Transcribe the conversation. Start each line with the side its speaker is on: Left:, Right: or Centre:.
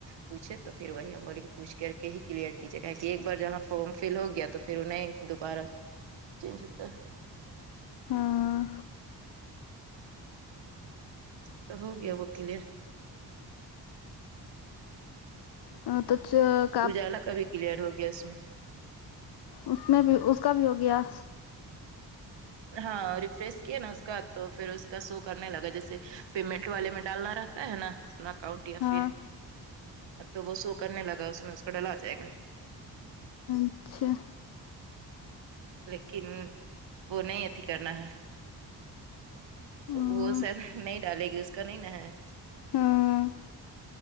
Right: پوچھے تو پھر وہی ہم بولے کہ پوچھ کر کے ہی کلیئر کییے گا کہ ایک بار جہاں فام فل ہو گیا تو پھر نہیں دوبارہ چینج ہوتا ہے
Left: ہاں
Right: تو ہو گیا وہ کلیر
Left: ہاں تو چپ
Right: اجالا کا بھی کلیئر ہو گیا اس میں
Left: اس میں بھی اس کا بھی ہو گیا
Right: ہاں ریفریش کیا نا اس کا تو پھر اس کا شو کرنے لگا جیسے پیمنٹ والے میں ڈالنا رہتا ہے نہ اپنا اکاؤنٹ یا
Left: ہاں
Right: پھر تو وہ شو کرنے لگا اس میں اس کو ڈلا جائے گا
Left: اچھا
Right: لیکن وہ نہیں اتیھی کرنا ہے
Left: ہاں
Right: وہ سر نہیں ڈالے گی اس کا نہیں ہے
Left: ہاں